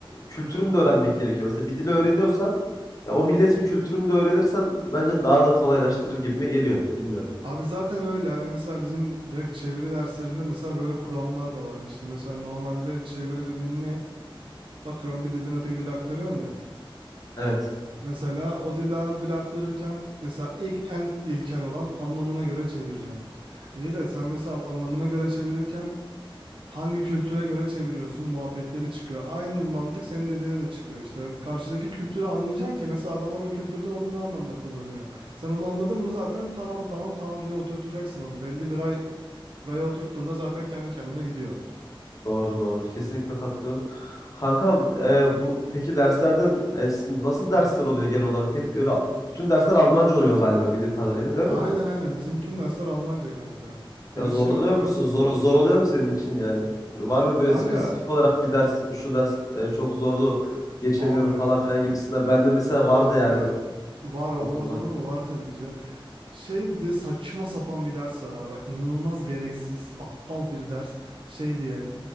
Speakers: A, on the left; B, on the right.
A: kültürünü de öğrenmek gerekiyor. Mesela bir dili öğreniyorsan ya o milletin kültürünü de öğrenirsen bence daha da kolaylaştırır gibime geliyor. Bilmiyorum.
B: Abi zaten öyle hani mesela bizim direkt çeviri derslerinde mesela böyle kuramlar da var hani işte mesela normalde çeviri dediğin ne? Bakıyorsun bir dilden öteki dile aktarıyorsun ya.
A: Evet.
B: Mesela o dilden o dile aktarırken mesela ilk en ilkel olan anlamına göre çevireceksin. İyi de sen mesela bu anlamına göre çevirirken hangi kültüre göre çeviriyorsun muhabbetleri çıkıyor. Aynı mantık senin dediğine de çıkıyor işte. Karşıdaki kültürü anlayacaksın ki mesela adamlar o kültürde onu ne anlamda kullanıyor. Sen onu anladın mı zaten tamam tamam tamam diye oturtacaksın onu. Belli bir ay Raya oturttuğunda zaten kendi kendine gidiyor.
A: Doğru doğru. Kesinlikle katılıyorum. Kankam e, bu peki derslerden e, sizin nasıl dersler oluyor genel olarak? Hep böyle bütün dersler Almanca oluyor galiba bildiğim kadarıyla değil
B: Aynen
A: mi?
B: aynen. Bizim bütün dersler Almanca kanka. Hani
A: Ya zorlanıyor
B: şey yapıyoruz.
A: musun? Zor, zor oluyor mu senin için yani? Var mı böyle
B: Kanka
A: spesifik olarak bir ders şu ders e, çok zordu geçemiyorum
B: abi
A: falan filan gibisinden. Ben de mesela vardı
B: kanka
A: yani
B: var olmaz
A: Okulda.
B: olur mu? Var tabii ki canım. Şeydi saçma sapan bir ders var abi. İnanılmaz gereksiz, aptal bir ders. Şey diye